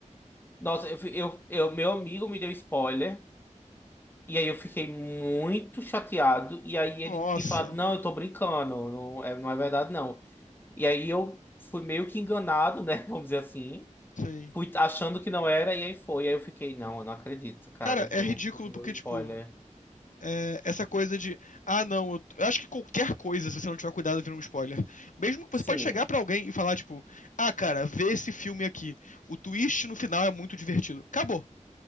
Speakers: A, on the left; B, on the left.
A: Nossa, eu, fi- eu, eu- meu amigo me deu spoiler. E aí eu fiquei muito chateado. E aí ele
B: Nossa,
A: tinha falado, não, eu tô brincando. Não é, não é verdade, não. E aí eu fui meio que enganado, né? <laughs> Vamos dizer assim.
B: sim.
A: Fui achando que não era, e aí foi. E aí eu fiquei, não, eu não acredito, cara,
B: Cara,
A: que
B: é ridículo
A: eu que eu tomei
B: porque,
A: o spoiler.
B: tipo, é, essa coisa de, ah, não, eu, eu acho que qualquer coisa, se você não tiver cuidado, vira um spoiler. Mesmo que
A: Sim.
B: você pode chegar pra alguém e falar, tipo, ah, cara, vê esse filme aqui. O twist no final é muito divertido. Acabou.